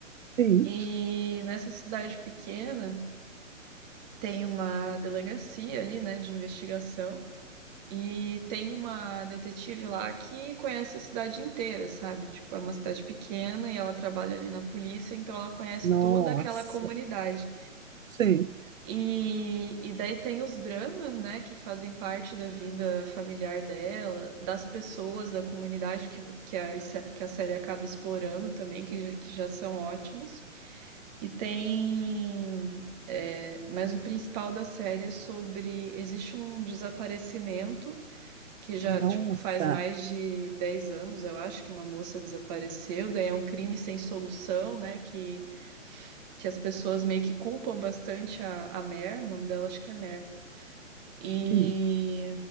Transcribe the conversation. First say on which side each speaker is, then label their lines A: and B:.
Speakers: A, on the right; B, on the right.
A: sim.
B: E nessa cidade pequena tem uma delegacia ali, né, de investigação. E tem uma detetive lá que conhece a cidade inteira, sabe? Tipo, é uma cidade pequena e ela trabalha ali na polícia, então ela conhece
A: Nossa,
B: toda aquela comunidade.
A: sim.
B: E, e daí tem os dramas, né, que fazem parte da vida familiar dela, das pessoas da comunidade que, que, a, se- que a série acaba explorando também, que, já- que já são ótimos. E tem. é, mas o principal da série é sobre. Existe um desaparecimento que já,
A: Nossa.
B: tipo, faz mais de 10 anos, eu acho, que uma moça desapareceu. Daí é um crime sem solução, né, que, que as pessoas meio que culpam bastante a, a Mer, o nome dela acho que é Mer e,
A: Hum,